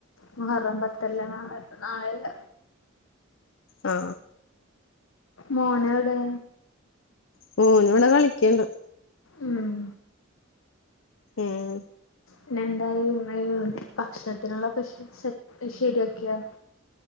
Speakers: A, on the left; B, on the left.
A: മുഹറം പത്തല്ല നാളെ നാളയല്ല
B: ആ
A: മോനെവ്ടെ
B: മോന് ഇവടെ കളിക്കീണ്ട്
A: ഉം
B: ഉം
A: പിന്നെന്തായ് ഇമ്മ <unintelligible> ഭക്ഷണത്തിനുള്ള <unintelligible> ശെരിയാക്കിയോ